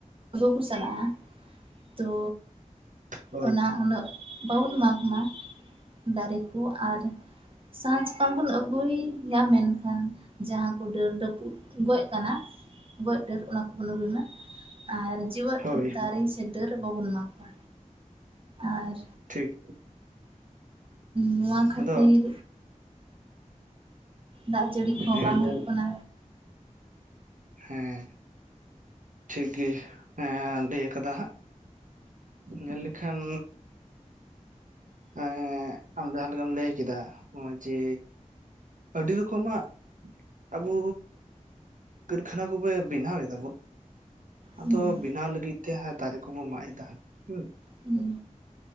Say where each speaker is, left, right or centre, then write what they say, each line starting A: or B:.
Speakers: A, on the right (about 45°); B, on the right (about 75°).
A: ᱠᱩ ᱪᱟᱞᱟᱜᱼᱟ ᱛᱚ
B: ᱦᱳᱭ
A: ᱚᱱᱟ ᱩᱱᱟᱹᱜ ᱵᱟᱵᱩᱱ ᱢᱟᱜᱽ ᱢᱟ ᱫᱟᱨᱮ ᱠᱚ ᱟᱨ ᱥᱟᱦᱟᱱ ᱥᱟᱠᱟᱢ ᱵᱚᱱ ᱟᱹᱜᱩᱭ ᱜᱮᱭᱟ ᱢᱮᱱᱠᱷᱟᱱ᱾ ᱡᱟᱦᱟᱸ ᱠᱚ ᱰᱟᱹᱨ ᱨᱟᱹᱯᱩᱫ ᱜᱚᱡᱽ ᱠᱟᱱᱟ ᱜᱚᱡᱽ ᱰᱟᱹᱨ ᱚᱱᱟ ᱠᱚᱵᱚᱱ ᱟᱹᱜᱩᱭ ᱢᱟ᱾ ᱟᱨ ᱡᱤᱣᱮᱫ
B: ᱦᱳᱭ
A: ᱫᱟᱨᱮ ᱥᱮ ᱰᱟᱹᱨ ᱵᱟᱵᱚᱱ ᱢᱟᱜᱢᱟ ᱟᱨ
B: ᱴᱷᱤᱠ
A: ᱱᱚᱣᱟ ᱠᱷᱟᱹᱛᱤᱨ
B: ᱟᱫᱚ
A: ᱫᱟᱜ ᱡᱟᱹᱲᱤ ᱠᱚᱦᱚᱸ
B: ᱦᱮᱸ
A: ᱵᱟᱝ ᱦᱩᱭᱩᱜ
B: ᱧᱮᱞ
A: ᱠᱟᱱᱟ᱾
B: ᱦᱮᱸ ᱴᱷᱤᱠ ᱜᱮ ᱮᱸ ᱞᱟᱹᱭ ᱠᱟᱫᱟ ᱦᱟᱸᱜ᱾ ᱧᱮᱞ ᱞᱮᱠᱷᱟᱱ ᱮᱸ ᱟᱢ ᱡᱟᱦᱟᱸ ᱞᱮᱠᱟᱢ ᱞᱟᱹᱭ ᱠᱮᱫᱟ ᱱᱚᱜᱼᱚᱭ ᱡᱮ ᱟᱹᱰᱤ ᱨᱚᱠᱚᱢᱟᱜ ᱟᱵᱚ ᱠᱟᱹᱨᱠᱷᱟᱱᱟ ᱠᱚᱵᱮ ᱵᱮᱱᱟᱣ ᱮᱫᱟᱵᱚ᱾ ᱟᱫᱚ
A: ᱦᱩᱸ
B: ᱵᱮᱱᱟᱣ ᱞᱟᱹᱜᱤᱫ ᱛᱮ ᱦᱟᱸᱜ ᱫᱟᱨᱮ ᱠᱚᱵᱚᱱ ᱢᱟᱜ ᱮᱫᱟ ᱦᱮᱸ
A: ᱦᱩᱸ